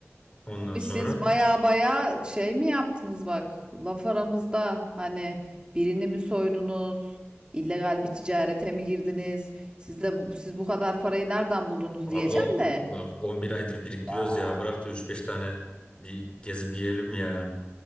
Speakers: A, on the left; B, on the right.
A: Ondan
B: Abi
A: sonra
B: siz baya baya şey mi yaptınız bak laf aramızda hani birini mi soydunuz illegal bir ticarete mi girdiniz siz de bu, siz bu kadar parayı nereden buldunuz
A: abla
B: diyeceğim de
A: bak 11 aydır biriktiriyoruz
B: Aa,
A: ya. Bırak da 3-5 tane bir gezip yiyelim ya.